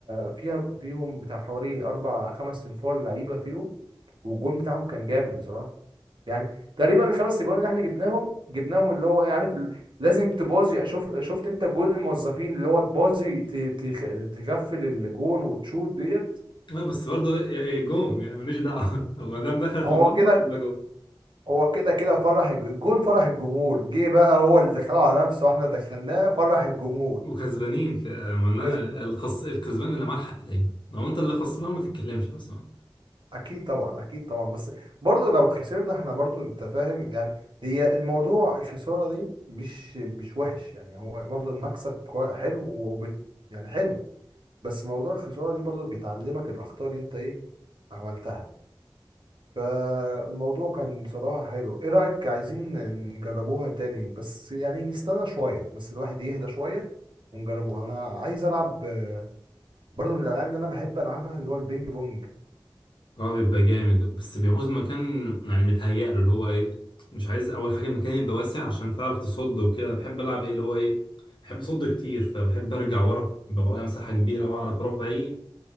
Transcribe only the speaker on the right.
فيها فيهم بتاع حوالي اربع خمس تنفار لعيبة فيهم والجون بتاعهم كان جامد بصراحة يعني تقريبا الخمس اجوان اللي احنا جبناهم جبناهم اللي هو ايه عارف ال... لازم تبازي شوف شفت انت جول الموظفين اللي هو تبازي ت... ت... تغفل الجون وتشوت ديت
ما هو
كده
هو كده كده فرح الج- الجون فرح الجمهور جه بقى هو اللي دخله على نفسه واحنا دخلناه فرح الجمهور
كز...
اكيد طبعا اكيد طبعا بس برضه لو خسرنا احنا برضه انت فاهم يعني هي الموضوع الخسارة دي مش مش وحش يعني هو برضه المكسب كوي... حلو وبت... يعني حلو بس موضوع الخسارة دي برضه بيتعلمك الأخطاء اللي انت ايه عملتها فالموضوع كان بصراحة حلو ايه رأيك عايزين نجربوها تاني بس يعني نستنى شوية بس الواحد يهدى شوية ونجربوها انا عايز العب آه، برضو من الالعاب اللي انا بحب العبها اللي هو البينج بونج